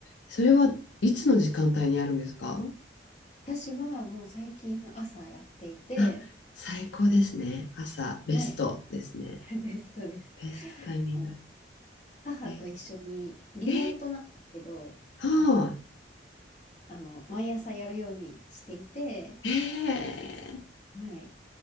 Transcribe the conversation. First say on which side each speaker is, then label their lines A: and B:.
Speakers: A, on the left; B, on the left.
A: それはいつの時間帯にあるんですか
B: 私はもう最近朝やっていて、
A: あ、最高ですね。朝、
B: はい、
A: ベストですね。
B: <laughs> ベストです。
A: ベストタイミング。
B: あの、母と一緒に、
A: え、
B: リモートなんですけど、
A: えー、
B: あの、
A: は
B: あの、毎朝やるようにしていて、
A: い。えー、
B: はい、